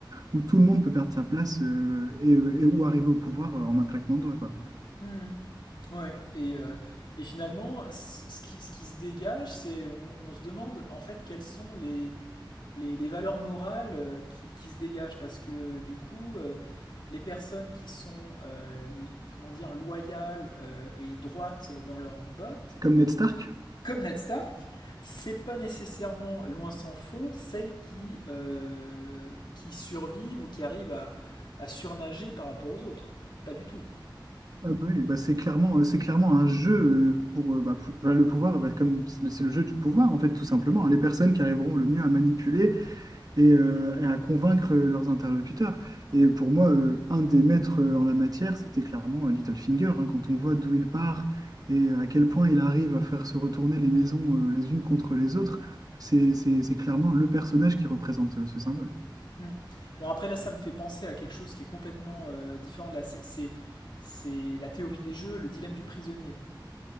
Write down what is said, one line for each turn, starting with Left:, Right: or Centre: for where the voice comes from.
Right: où tout le monde peut perdre sa place euh, et, euh, et où arriver au pouvoir euh, en un claquement de doigts, quoi.
Left: Mmh. Ouais, et, euh, et finalement, ce qui, ce qui se dégage, c'est on, on se demande en fait quels sont les, les, les valeurs morales euh, qui, qui, se dégagent parce que du coup euh, les personnes qui sont euh, comment dire loyales euh, et droites dans leurs bottes
Right: Comme Ned Stark,
Left: comme Ned Stark c'est pas nécessairement loin s'en faut celles qui euh, qui survivent ou qui arrivent à, à surnager par rapport aux autres pas du tout
Right: ah bah oui, bah c'est clairement, euh, c'est clairement un jeu euh, pour, euh, bah, pour- bah, le pouvoir, bah, comme c'est le, c'est le jeu du pouvoir, en fait, tout simplement. hein. Les personnes qui arriveront le mieux à manipuler et, euh, et à convaincre euh, leurs interlocuteurs. Et pour moi, euh, un des maîtres euh, en la matière, c'était clairement euh, Littlefinger. hein. quand on voit d'où il part et à quel point il arrive à faire se retourner les maisons euh, les unes contre les autres, c'est c'est- c'est clairement le personnage qui représente euh, ce symbole.
Left: mm. Alors après là, ça me fait penser à quelque chose qui est complètement euh, différent. Là, c'est, c'est, c'est la théorie des jeux, le dilemme du prisonnier.